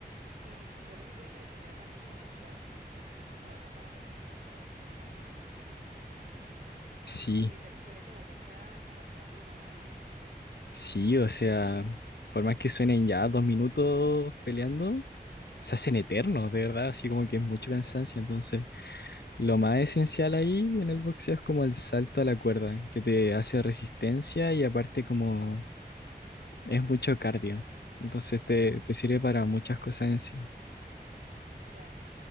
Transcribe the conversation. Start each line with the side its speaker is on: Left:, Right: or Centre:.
Right: Y creo que se tiene que tener también demasiada condición física, ¿verdad? Para practicar boxeo, porque estar ahí como tirando los golpes y demás.
Left: Sí,
Right: pues Sí, requiere como mucha capacidad pulmonar y demás, ¿verdad?
Left: sí, o sea, por más que suenen ya dos minutos peleando, se
Right: Ajá,
Left: hacen eternos, de verdad, así como que es mucho
Right: sí,
Left: cansancio, entonces... Lo más esencial ahí en el boxeo es como el salto a la cuerda, que te hace resistencia y aparte como es mucho cardio. Entonces te,
Right: ajá,
Left: te sirve para muchas cosas en sí.
Right: claro.